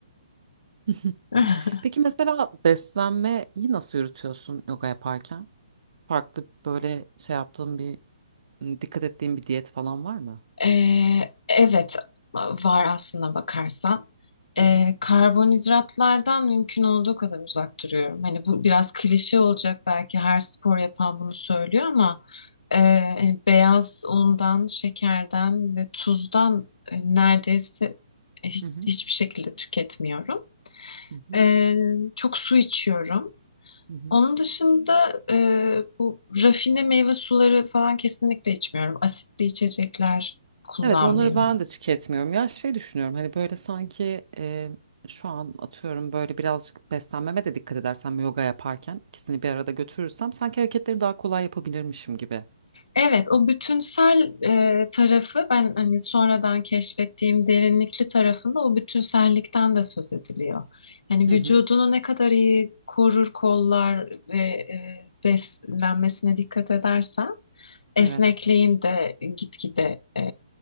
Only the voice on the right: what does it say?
<laughs>
Peki mesela beslenmeyi nasıl yürütüyorsun yoga yaparken? Farklı böyle şey yaptığın bir, dikkat ettiğin bir diyet falan var mı?
Hı
hı.
Hı hı.
Hı hı.
Hı hı.
Evet onları ben de tüketmiyorum. Ya şey düşünüyorum hani böyle sanki e, şu an atıyorum böyle birazcık beslenmeme de dikkat edersem yoga yaparken ikisini bir arada götürürsem sanki hareketleri daha kolay yapabilirmişim gibi.
Hı
hı.
Evet.